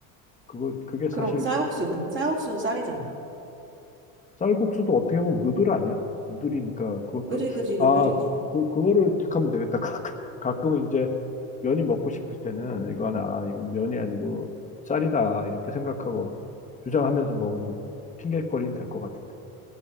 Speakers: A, on the left (about 20°); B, on the right (about 30°).
A: 그거 그게 사실
B: 그럼 쌀국수는? 쌀국수는 쌀이잖아.
A: 쌀국수도 어떻게 보면 누들 아니야? 누들이니까 그것도
B: 그지, 그지, 누들이지.
A: 아 그 그거를 택하면 되겠다. <laughs> 가끔, 가끔 이제 면이 먹고 싶을 때는 이거 하나 아, 이건 면이 아니고 쌀이다 이렇게 생각하고 주장하면서 먹으면 핑계거리는 될 것 같은데.